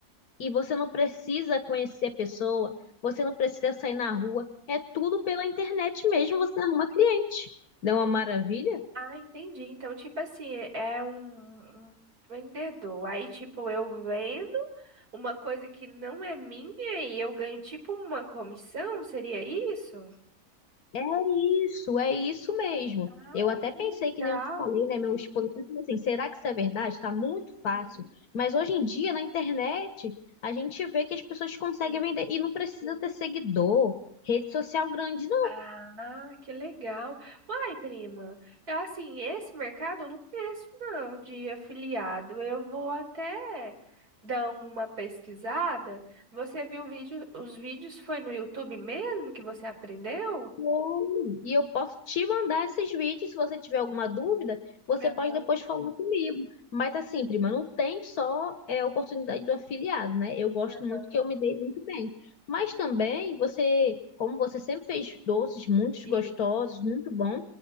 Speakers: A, on the left; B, on the right.
A: E você não precisa conhecer a pessoa, você não precisa sair na rua, é tudo pela internet mesmo, você arruma cliente. Não é uma maravilha?
B: Ah, entendi. Então, tipo assim, é um, um vendedor. Aí, tipo, eu vendo uma coisa que não é minha e eu ganho, tipo, uma comissão? Seria isso?
A: É isso, é isso mesmo.
B: Ah,
A: Eu até
B: que
A: pensei
B: legal.
A: que nem eu te falei, né, meu esposo, eu falei assim, será que isso é verdade? Está muito fácil.
B: Uhum.
A: Mas hoje em dia, na internet, a gente vê que as pessoas conseguem
B: Sim.
A: vender e não precisa ter seguidor, rede social grande,
B: Ah, que legal. Uai, prima, eu, assim, esse mercado eu não conheço, não, de afiliado. Eu vou até dar uma pesquisada. Você viu o vídeo, os vídeos foi no YouTube mesmo que você aprendeu?
A: Oi. E eu posso te mandar esses vídeos. Se você tiver alguma dúvida, você
B: Aham,
A: pode depois falar comigo. Mas assim, prima, não tem só é, oportunidade do afiliado, né? Eu gosto
B: aham.
A: muito que eu me dei muito bem. Mas também você, como você sempre fez doces muito
B: Sim.
A: gostosos, muito bom,